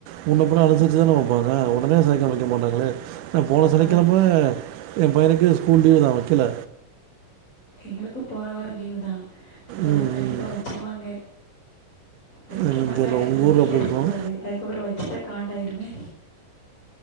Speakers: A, on the right (about 75°); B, on the left (about 20°).
A: முன்ன பின்ன அனுசரிச்சு தான வெப்பாங்க உடனே சைக்க வெக்க மாட்டாங்களே நா போன சனிக்கெழம
B: அதில்
A: ஏ பையனுக்கு ஸ்கூல் லீவு தா வெக்கல
B: எங்களுக்கு போன வாரோ லீவு தா இந்த
A: ம்,
B: வாரோ கண்டிப்பா
A: ம்.
B: வெச்சுருவாங்க வெக்க
A: என்னன்னு
B: மாட்டாங்கன்
A: தெரியல. உங்க
B: நம்பிக்கையா
A: ஊர்ல எப்படி
B: இருக்க
A: இருக்கும்?
B: கூடாது அதுக்கப்பறோ வச்சுட்டா காண்டாயிருவே